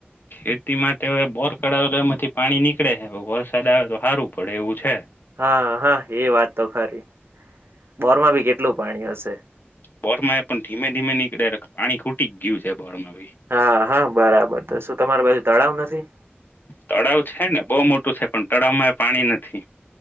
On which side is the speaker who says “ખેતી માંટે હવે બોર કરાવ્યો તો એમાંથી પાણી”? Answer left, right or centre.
Left